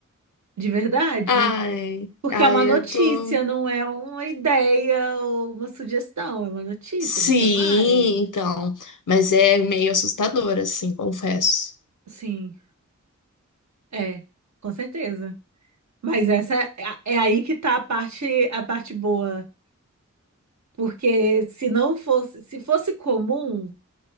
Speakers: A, on the right; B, on the left.
A: De verdade.
B: ai,
A: Porque
B: ai,
A: é uma notícia,
B: eu tô.
A: não é uma ideia ou uma sugestão, é uma notícia,
B: Sim,
A: você vai.
B: então, mas é meio assustador, assim, confesso.
A: Sim, é, com certeza. Mas essa é, é aí que tá a parte, a parte boa. Porque se não fosse, se fosse comum,